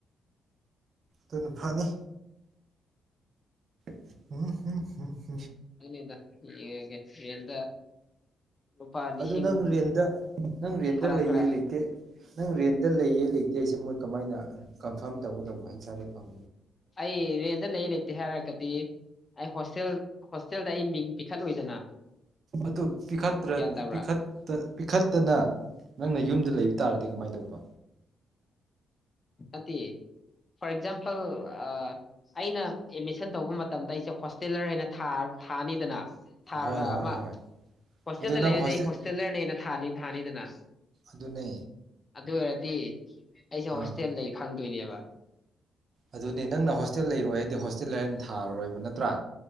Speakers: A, on the right (about 60°); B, on the left (about 35°).
A: ꯗꯨꯅ ꯐꯅꯤ <unintelligible>
B: ꯑꯗꯨꯅꯤꯗ ꯌꯦꯡꯉꯒꯦ ꯔꯦꯟꯗ ꯂꯨꯄꯥ ꯂꯤꯁꯤꯡ
A: ꯑꯗꯨ ꯅꯪ ꯔꯦꯟꯗ ꯅꯪ ꯔꯦꯟꯗ
B: ꯈꯔ
A: ꯂꯩꯌꯦ
B: ꯈꯔ
A: ꯂꯩꯇꯦ ꯅꯪ ꯔꯦꯟ ꯗ ꯂꯩꯌꯦ ꯂꯩꯇꯦ ꯍꯥꯏꯁꯤ ꯃꫭꯏ ꯀꯃꯥꯏꯅ ꯀꯝ ꯐꯥꯝ ꯇꯒꯗꯧꯕ ꯍꯩ ꯆꯥꯔꯦ ꯐꯝ
B: ꯑꯩ ꯔꯦꯟꯗ ꯂꯩ ꯂꯩꯇꯦ ꯍꯥꯏꯔꯒꯗꯤ ꯑꯩ ꯍꯣꯁꯇꯦꯜ ꯍꯣꯁꯇꯦꯜꯗ ꯑꯩ ꯃꯤꯡ ꯄꯤꯈꯠꯂꯣꯏꯗꯅ
A: ꯑꯗꯨ ꯄꯤꯈꯠꯇ‌꯭ꯔ
B: ꯒ꯭ꯌꯥꯟ
A: ꯅ
B: ꯇꯥꯕ꯭ꯔꯥ
A: ꯄꯤꯈꯠꯇ ꯄꯤꯈꯠꯇꯅ ꯅꯪꯅ ꯌꯨꯝꯗ ꯂꯩꯕ ꯇꯥꯔꯗꯤ ꯀꯃꯥꯏ ꯇꯧꯕ
B: ꯅꯠꯇꯦ ꯐꯣꯔ ꯑꯦꯛꯖꯥꯝꯄꯜ ꯑ ꯑꯩꯅ ꯑꯦꯠꯃꯤꯁꯟ ꯇꯧꯕ ꯃꯇꯝꯗ ꯑꯩꯁꯦ ꯍꯣꯁꯇꯦꯂꯔ ꯍꯥꯏꯅ ꯊꯥ ꯊꯥꯅꯤꯗꯅ ꯥ ꯊꯥꯔ
A: ꯍꯣꯏ
B: ꯑ
A: ꯍꯣꯏ
B: ꯃ
A: ꯍꯣꯏ
B: ꯍꯣꯁꯇꯦꯜꯗ
A: ꯑꯗꯨ ꯅꯪ
B: ꯂꯩꯔꯗꯤ
A: ꯍꯣꯁꯇꯦꯜ
B: ꯑꯩ ꯍꯣꯁꯇꯦꯜꯂꯔꯅꯦꯅ ꯊꯥꯅꯤ ꯊꯥꯅꯤꯗꯅ
A: ꯑꯗꯨꯅꯦ
B: ꯑꯗꯨ ꯑꯣꯏꯔꯗꯤ ꯑꯩꯁꯦ ꯍꫭꯁ
A: ꯑꯥ
B: ꯆꯦꯟ ꯂꯩ ꯈꯪꯗꯣꯏꯅꯦꯕ
A: ꯑꯗꯨꯅꯦ ꯅꯪꯅ ꯍꯣꯁꯇꯦꯜ ꯂꯩꯔꯣꯏ ꯍꯥꯏꯗꯤ ꯍꯣꯁꯇꯦꯜ ꯂꯔꯅ ꯊꯔꯣꯏꯕ ꯅꯠꯇ꯭ꯔꯥ